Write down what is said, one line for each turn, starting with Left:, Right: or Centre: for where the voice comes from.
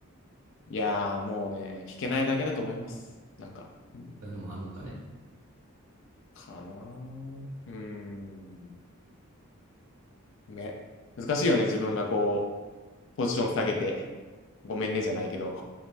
Left: いやーもうね弾けないだけだと思いますなんかうん
Right: ういうのもあんのかね。
Left: かなーうーんね難しいよね自分がこうポジション下げてごめんねじゃないけど